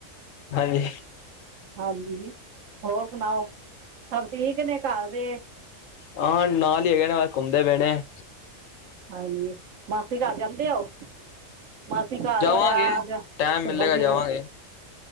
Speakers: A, on the left (about 80°); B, on the right (about 75°).
A: ਹਾਂਜੀ
B: ਹਾਂਜੀ, ਹੋਰ ਸੁਣਾਓ ਸਭ ਠੀਕ ਨੇ ਘਰ ਦੇ?
A: ਹਾਂ, ਨਾਲ ਹੀ ਹੈਗੇ ਨੇ ਬਸ ਘੁੰਮਦੇ ਪਏ ਨੇ।
B: ਹਾਂਜੀ ਮਾਸੀ ਘਰ ਜਾਂਦੇ ਉਹ ਮਾਸੀ ਘਰ
A: ਜਾਵਾਂਗੇ
B: ਹੋਇਆ ਅੱਜ ਘੁੰਮਣ
A: ਟਾਈਮ ਮਿਲੇਗਾ
B: ਫਿਰਨ,
A: ਜਾਵਾਂਗੇ